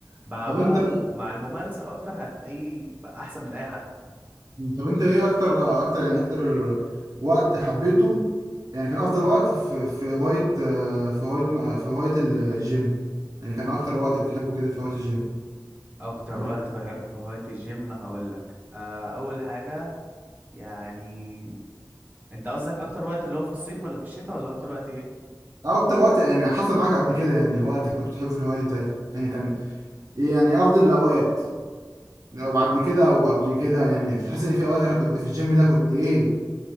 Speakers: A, on the right; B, on the right.
A: مع
B: طب
A: بقى
B: انت
A: مع الممارسة اكتر هتلاقيه بقى احسن من اي حد
B: طب انت ايه اكتر اكتر يعني اكتر وقت حبيته يعني كان افضل وقت في في هواية آه، في هواية ما- في هواية ال- الجيم يعني كان اكتر وقت بتحبه كده في هواية الجيم
A: اكتر
B: قبل
A: وقت
B: كده
A: بحبه في هواية الجيم هقول لك آه اول حاجة يعني انت قصدك اكتر وقت اللي هو في الصيف ولا في الشتاء ولا اكتر وقت ايه
B: أو اكتر وقت يعني حصل معاك قبل كده يعني وقت كنت بتحبه في الهواية دي بتاعتها يعني كان ايه يعني افضل الاوقات لو بعد كده او قبل كده يعني تحس ان في اوقات انا كنت في الجيم ده كنت ايه